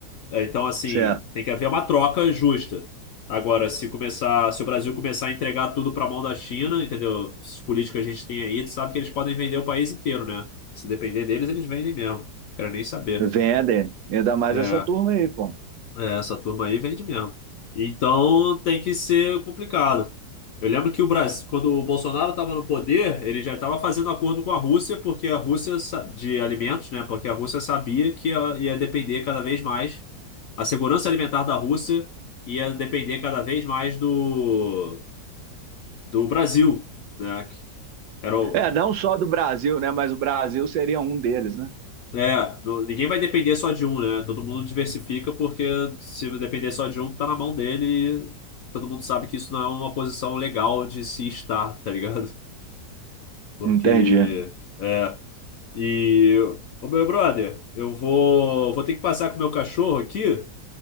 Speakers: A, on the left (about 70°); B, on the right (about 70°).
A: É, Então, assim,
B: Certo.
A: tem que haver uma troca justa. Agora, se começar, se o Brasil começar a entregar tudo para a mão da China, entendeu? Esses políticos que a gente tem aí, tu sabe que eles podem vender o país inteiro, né? Se depender deles, eles vendem mesmo. Quero nem saber.
B: Vendem, ainda mais
A: É.
B: essa turma aí, pô.
A: É, essa turma aí vende mesmo. Então tem que ser complicado. Eu lembro que o Brasil, quando o Bolsonaro estava no poder, ele já estava fazendo acordo com a Rússia, porque a Rússia sa- de alimentos, né? Porque a Rússia sabia que ia, ia depender cada vez mais, a segurança alimentar da Rússia ia depender cada vez mais do, do Brasil, né? que Era o,
B: É, não só do Brasil, né? Mas o Brasil seria um deles, né?
A: É, do- ninguém vai depender só de um, né? Todo mundo diversifica porque se depender só de um, tá na mão dele e todo mundo sabe que isso não é uma posição legal de se estar, tá ligado? <laughs> Porque,
B: Entendi.
A: é, e, ô meu brother, eu vou, vou ter que passar com o meu cachorro aqui